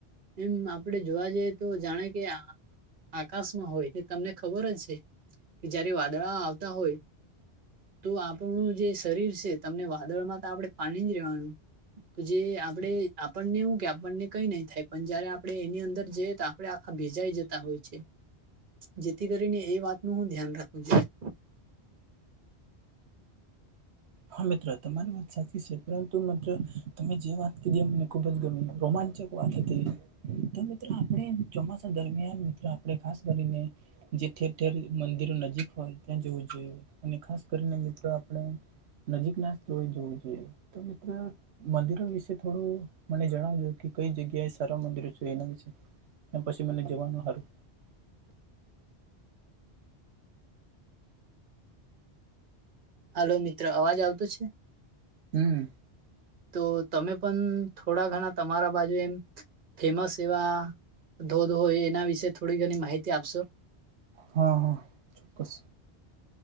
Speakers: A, on the right (about 50°); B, on the right (about 75°).
A: એમ આપડે જોવા જઈએ તો જાણે કે આકાશમાં હોય તે તમને ખબર જ છે કે જયારે વાદળા આવતા હોય તો આપણું જે શરીર છે તમને વાદળમાં તો આપડે પાણી જ રહેેવાનું. તો જે આપણે આપણને એવું કે આપણને કઈ નહી થાય પણ જયારે આપડે એની અંદર જઈએ તો આ પડે આખા ભેજાઈ જતા હોય છે જેથી કરીને એ વાતનું ધ્યાન રાખવું જોઈએ.
B: હા મિત્ર તમારી વાત સાચી છે પરંતુ મિત્ર તમે જે વાત કીધી મને ખુબ જ ગમે રોમાન ચક વાત હતી મિત્રો આપણે ચોમાસા દરમિયાન મિત્રો આપણે ખાસ કરીને. જે ઠેર ઠેર મંદિરો નજીક હોય ત્યાં જવું જોઈએ અને ખાસ કરીને મિત્રો આપણે નજીક ના સ્થળોએ જોવું જોઈએ તો મિત્ર મંદિરો વિશે થોડું મને જણાવજો કે જગ્યાએ સારા મંદિરો છે એના. ત્યા પછી મને જવાનું હારું
A: હલો મિત્ર અવાજ આવતો છે.
B: હમ્મ.
A: તો તમે પણ થોડા ઘણા તમારા બાજુ એમ ફેમસ એવા ધોધ હોય એના વિશે થોડી ઘણી માહિતી આપશો.
B: હા હા ચોક્કસ.